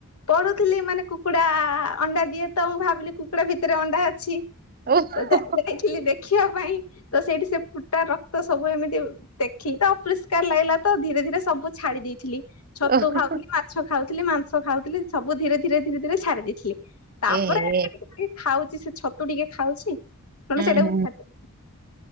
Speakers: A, on the left (about 75°); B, on the right (about 40°).
A: ପଢ଼ୁଥିଲି ମାନେ କୁକୁଡ଼ା ଆ ଅଣ୍ଡା ଦିଏ ତ ମୁଁ ଭାବିଲି କୁକୁଡ଼ା ଭିତରେ ଅଣ୍ଡା ଅଛି
B: ଓହୋ
A: ତ ଯା ଦେଖିଲି ଦେ ଦେଖିବା ପାଇଁ ତ ସେଇଠି ସେ ଫୁଟା ରକ୍ତ ସବୁ ଏମିତି ଦେଖିକି ତ ଅପରିଷ୍କାର ଲାଗିଲା। ତ ଧୀରେ ଧୀରେ ସବୁ ଛାଡି ଦେଇଥିଲି ଛତୁ
B: ଓହୋ,
A: ଖାଉଥିଲି ମାଛ ଖାଉ ଥିଲି ମାଂସ ଖାଉଥିଲି ସବୁ ଧୀରେ ଧୀରେ ଧୀରେ ଧୀରେ ଛାଡି ଦେଇଥିଲି। ତାପରେ
B: ଏ ହେ
A: ଏବେ ଟିକେ ଟିକେ ଖାଉଛି ସେ ଛତୁ ଟିକେ ଖାଉଛି। ନହେଲେ
B: ହୁଁ
A: ସେଇଡାକୁ ବି ଛାଡ଼ିଦେବି।